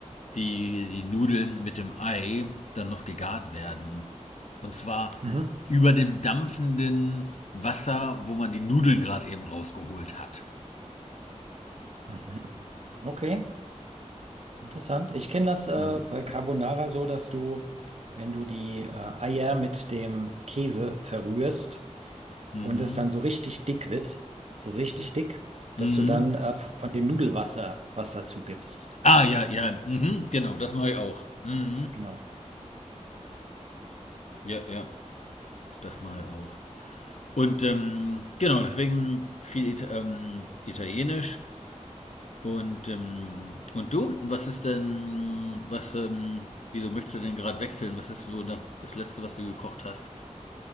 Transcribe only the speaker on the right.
Mhm.
Mhm. Okay, interessant. Ich kenne das äh,
bei Carbonara so, dass du, wenn du die äh, Eier mit dem Käse verrührst
und es dann so richtig dick wird, so richtig dick, dass
du dann äh, von dem Nudelwasser was dazu gibst.
Genau.